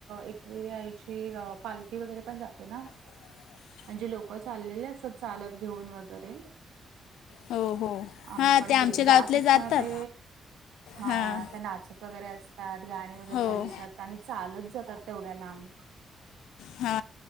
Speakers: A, on the right; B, on the left.
A: एक वग आईची पालखी वगैरे पण जातोय ना
B: ह
A: म्हणजे लोकं चाललेले असतात चालत घेऊन वगैरे
B: हो हो
A: आम्ही
B: हां
A: पण
B: ते आमच्या
A: गे
B: गावातले
A: जात असताना
B: जातात
A: ते हा
B: हां
A: ते नाचत वगैरे असतात गाणी वगैरे
B: हो
A: चालू असतात आणि चालत जातात तेवढ्या लांब
B: हा